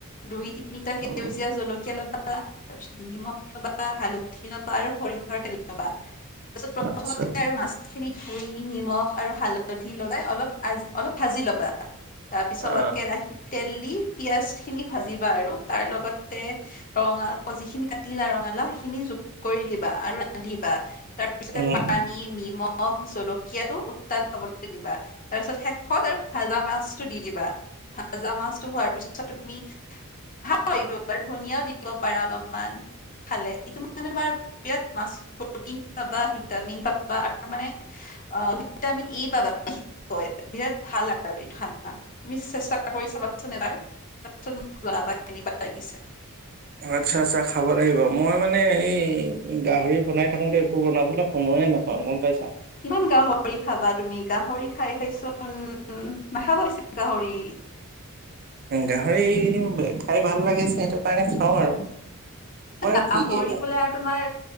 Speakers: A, on the left; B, on the right.
A: দুই তিনিটা সেউজীয়া
B: উম
A: জলকীয়া ল'বা, তাৰপিছত নিমখ ল'বা, হালধি ল'বা আৰু সৰি তেল লবা, তাৰপিছত প্ৰথমতে
B: আচ্ছা
A: আৰু মাছখিনি ধুই নিমখ আৰু হালধি লগাই অলপ আ অলপ ভাজি ল'বা। তাৰ পিছত
B: অ
A: কেৰাহিত তেল দি পিয়াজখিনি ভাজিবা আৰু তাৰ লগতে ৰঙা যিখিনি কাটিলা ৰঙালাও, সেইখিনি কৰি দিবা আৰু ৰান্ধিবা। তাৰপিছতে
B: উম
A: পানী, নিমখ, জলকীয়াটো তাল খাবলৈ দিবা, তাৰপিছত শেষত আৰু ভাজা মাছটো দি দিবা। ভাজা মাছটো হোৱাৰ পিছত তুমি ভাল এইটো আৰু ধনিয়াও দিব পাৰা অলপমান খালে ইটো মানে তোমাৰ বিৰাট মাছ প্ৰটিন পাবা ভিটামিন পাবা ত মানে অ ভিটামিন ই পাবা। বিৰাট ভাল আৰু এই তুমি চেষ্টা কৰি চাবাচোন এবাৰ। <unintelligible> কেনেকুৱা লাগিছে
B: আচ্ছা আচ্ছা খাব লাগিব। মই মানে এই গাহৰি বনাই থাকোতে এইবোৰ বনাবলৈ সময়ে নাপাওঁ গম পাইছা।
A: কিমান গাহৰি খাবা তুমি গাহৰি খাই খাইচোন নাখাবা বেছি গাহৰি।
B: গাহৰি খাই ভাল লাগে যে সেইটো কাৰণে খাওঁ আৰু। তোমাৰ
A: গাহৰি
B: কি কি ভাল
A: বোলে আৰু তোমাৰ